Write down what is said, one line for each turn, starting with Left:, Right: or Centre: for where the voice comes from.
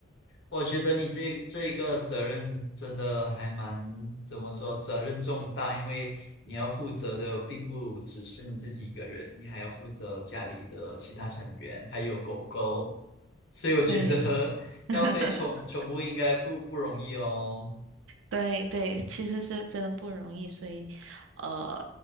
Left: 我觉得你这这一个责任真的还蛮，怎么说，责任重大，因为你要负责的并不只是你自己一个人，你还要负责家里的其他成员，还有狗狗，所以我觉得
Right: 对，
Left: <laughs>
Right: <laughs>
Left: 要飞宠宠物应该不不容易哦，
Right: 对对，其实是真的不容易，所以呃，